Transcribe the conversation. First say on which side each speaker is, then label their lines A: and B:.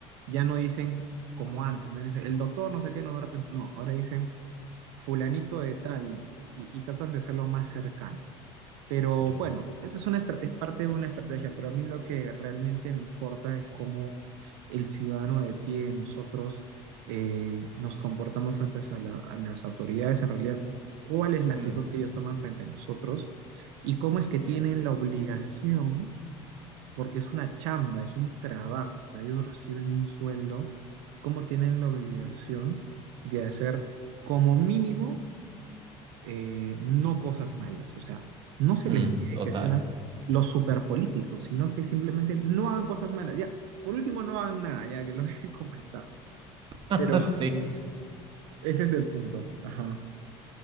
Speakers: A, on the right (about 85°); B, on the right (about 40°).
A: ya no dicen como antes, no dicen el doctor no sé qué nos va a representar", no, ahora dicen fulanito de tal y, y tratan de hacerlo más cercano. Pero
B: Sí.
A: bueno, esto es una estra- es parte de una estrategia, pero a mí lo que realmente me importa es cómo el ciudadano de pie, nosotros eh, nos comportamos frente a, la- a las autoridades, en realidad, cuál es la actitud
B: Mm,
A: que ellos toman frente a nosotros y cómo es que
B: sí.
A: tienen la obligación porque es una chamba, es un trabajo, o sea, ellos reciben un sueldo, como tienen la obligación de hacer como mínimo eh, no cosas malas, o sea, no se
B: Mm,
A: les pide
B: total.
A: que sean los superpolíticos, sino que simplemente no hagan cosas malas, ya, por último no hagan nada, ya que lo <laughs> dejen como está,
B: <laughs>
A: pero
B: Sí.
A: ese es el punto, ajá.